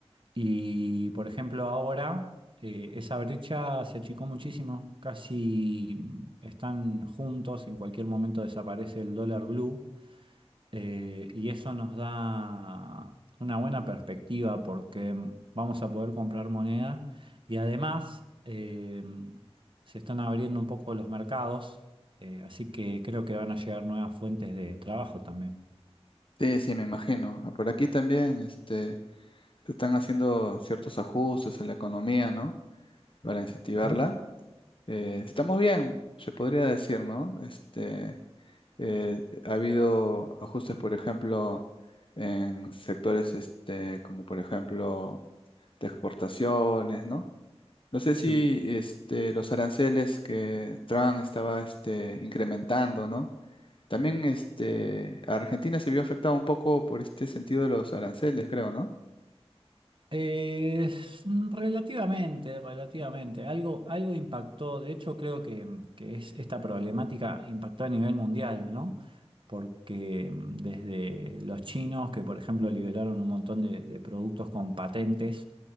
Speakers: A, on the right; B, on the left.
A: Y por ejemplo, ahora eh, esa brecha se achicó muchísimo, casi mm, están juntos, en cualquier momento desaparece el dólar blue eh, y eso nos da una buena perspectiva porque mm, vamos a poder comprar moneda y además eh, se están abriendo un poco los mercados, eh, así que creo que van a llegar nuevas fuentes de trabajo también.
B: Sí, sí, me imagino. Ah, Por aquí también, este, se están haciendo ciertos ajustes en la economía, ¿no? Para incentivarla.
A: Ujú.
B: Eh, estamos bien, se podría decir, ¿no? Este, eh, ha habido ajustes, por ejemplo, en sectores, este, como por ejemplo de exportaciones, ¿no? No sé si
A: Sí.
B: este, los aranceles que Trump estaba este, incrementando, ¿no? También este, Argentina se vio afectada un poco por este sentido de los aranceles, creo, ¿no?
A: Eh, mm, relativamente, relativamente. Algo, algo impactó, de hecho creo que, mm, que es, esta problemática impactó a nivel mundial, ¿no? Porque mm, desde los chinos, que por ejemplo liberaron un montón de, de productos con patentes,